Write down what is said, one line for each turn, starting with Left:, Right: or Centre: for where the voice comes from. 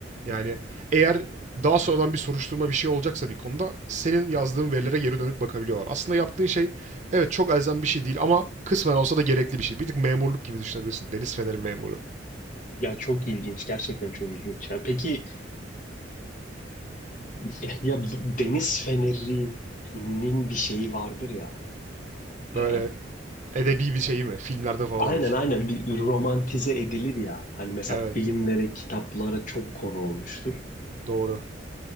Right: Yani eğer daha sonradan bir soruşturma bir şey olacaksa bir konuda senin yazdığın verilere geri dönüp bakabiliyorlar. Aslında yaptığın şey evet çok elzem bir şey değil ama kısmen olsa da gerekli bir şey. Bir tık memurluk gibi düşünebilirsin. Deniz feneri memuru.
Left: Ya çok ilginç. Gerçekten çok ilginç. Ya. Peki Ya, ya deniz fenerinin bir şeyi vardır ya.
Right: Böyle
Left: Ee,
Right: Edebi bir şey mi? Filmlerde falan
Left: aynen
Right: olur.
Left: aynen bir romantize edilir ya. Hani mesela
Right: Evet,
Left: filmlere, kitaplara çok konu olmuştur.
Right: doğru.